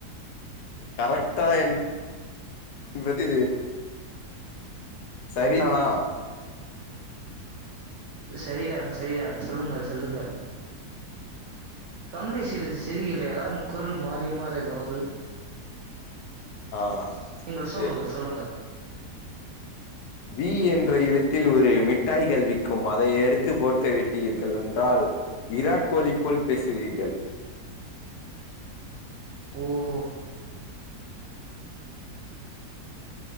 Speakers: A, on the left; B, on the right.
A: கரெக்டா என் என்பது சரிதானா
B: சரிதான் சரிதான் சொல்லுங்கள் சொல்லுங்கள் தொண்டை சிறிது செரியில்லையான் குரல் மாறி மாறி வருது
A: ஆ
B: நீங்கள் சொல்லுங்கள்
A: எ
B: சொல்லுங்க <inaudible>
A: வி என்ற எழுத்தில் ஒரு மிட்டாய்கள் விக்கும் அதை எடுத்து போட்டு விட்டீர்கள் என்றால் விராட் கோலி போல் பேசுவீர்கள்
B: ஓஹோ